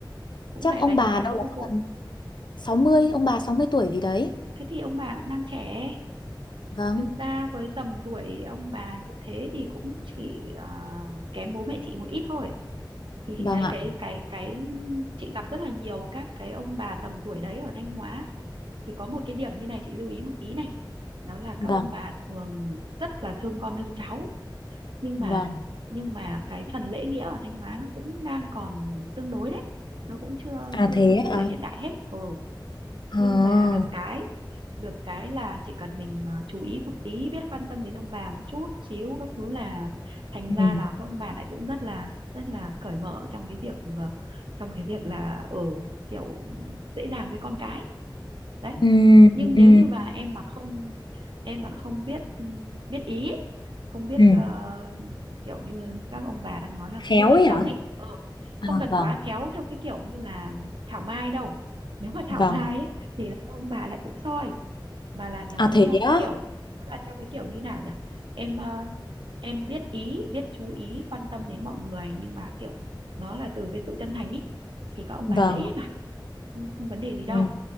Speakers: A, on the right (about 80°); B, on the left (about 65°).
A: cũng
B: Chắc
A: phải
B: ông
A: đánh
B: bà
A: giá
B: đâu đó
A: sơ bộ
B: tầm sáu mươi ông bà sáu mươi tuổi gì đấy.
A: thế thì ông bà cũng đang trẻ
B: Vâng,
A: Thực ra với tầm tuổi ông bà như thế thì cũng chỉ ờ, kém bố mẹ chị một ít thôi. Thì chị
B: vâng
A: thấy
B: ạ.
A: cái cái cái chị gặp rất là nhiều các cái ông bà tầm tuổi đấy ở Thanh Hóa thì có một cái điểm như này chị lưu ý một tí này. Đó là
B: Vâng,
A: các ông bà thường rất là thương con thương cháu nhưng mà
B: vâng.
A: nhưng mà cái phần lễ nghĩa ở Thanh Hóa nó cũng đang còn tương đối đấy. Nó cũng chưa
B: À
A: chưa
B: thế
A: thực sự
B: ạ.
A: là hiện đại hết. Ừ
B: À.
A: nhưng mà được cái được cái là chỉ cần mình ờ, chú ý một tí biết quan tâm đến ông bà một chút xíu các thứ là thành
B: Ừ.
A: ra là các ông bà lại cũng rất là rất là cởi mở trong cái việc ờ, trong cái việc là ở kiểu dễ dàng với con cái đấy
B: Ừ,
A: nhưng
B: ừ,
A: nếu như mà em mà không em mà không biết biết ý ấy, không biết
B: ừ.
A: ờ, kiểu như các ông bà đang nói là không
B: Khéo
A: biết cách
B: ấy
A: sống
B: hả?
A: ấy ừ,
B: À
A: không cần
B: vâng,
A: quá khéo theo cái kiểu như là thảo mai đâu nếu mà thảo
B: vâng.
A: mai ấy, thì là các ông bà lại cũng soi mà là nó
B: À thế
A: theo cái
B: á,
A: kiểu nó là theo cái kiểu như nào nhỉ em ờ, em biết ý biết chú ý quan tâm đến mọi người nhưng mà kiểu nó là từ cái sự chân thành ý thì các ông
B: vâng.
A: bà dễ mà không không vấn đề gì đâu
B: Ừ,